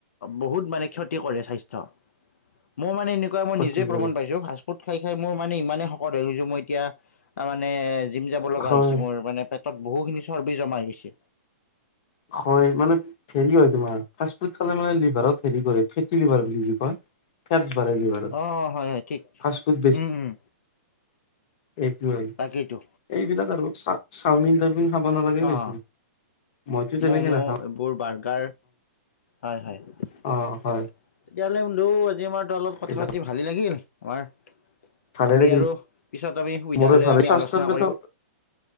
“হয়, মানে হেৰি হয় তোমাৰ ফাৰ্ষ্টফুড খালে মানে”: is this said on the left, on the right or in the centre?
Left